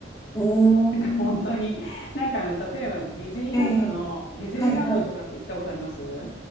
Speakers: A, on the left; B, on the left.
A: うーん、
B: <laughs> なんか、本当に、なんかあの、例えばディズニーランドの、
A: ええ
B: ディズニーランドとかって行ったことありますは
A: はいはい。